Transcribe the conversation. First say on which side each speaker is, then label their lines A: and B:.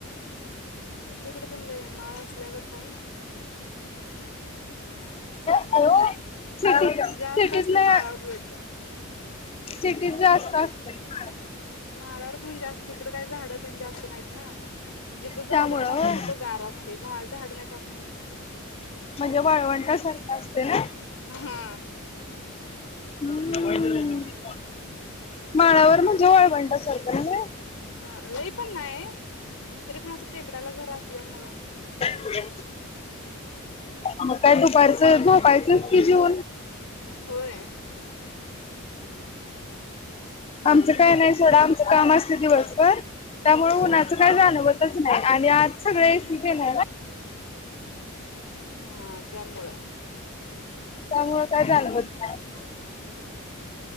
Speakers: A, on the left (about 85°); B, on the left (about 25°).
A: आमच्या इकडे पण लय आहे माळा असल्या गत हाय.
B: <inaudible> सिटीत
A: जास्त असते
B: नाय
A: माळावर उलट
B: सिटीत जास् तिथ असतंय माळावर
A: <inaudible> माळावर पण जास्त हीकड काही झाडं तेन जास्त नाहीत ना. जिथं
B: त्यामुळं
A: झाडं तेन
B: होय
A: असते तिथं गार असते. झाडं नाही
B: म्हणजे वाळवंटा सारखा असते ना?
A: हा
B: <unintelligible> माळावर मजे वाळवंटासारखं नव्हे?
A: हा लय पण नाही तरी पण असं टेकडाला घर असल्यामुळं
B: होये म काय काय दुख पारच झोपायचं की जेवून
A: होय
B: आमचं काय नाये सोडा आमचं काम असत दिवसभर त्यामुळ
A: हा
B: उन्हाचं काय जाणवत नाही आणि आज सगळ एसी <unintelligible>
A: हा त्यामुळं
B: त्यामुळे काय जाणवत नाही.